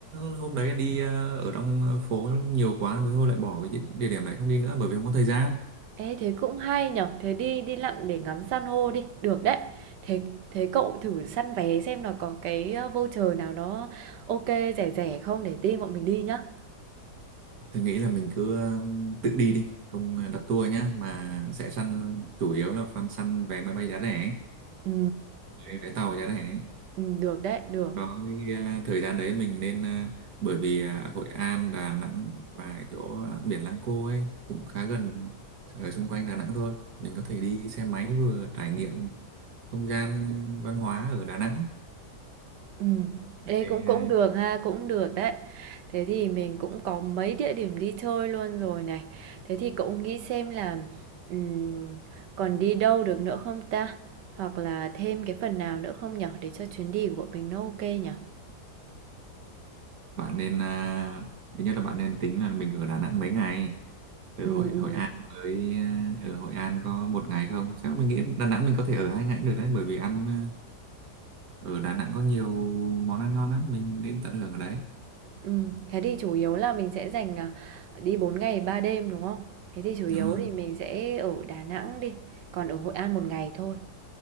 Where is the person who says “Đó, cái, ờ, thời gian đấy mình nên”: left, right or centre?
Right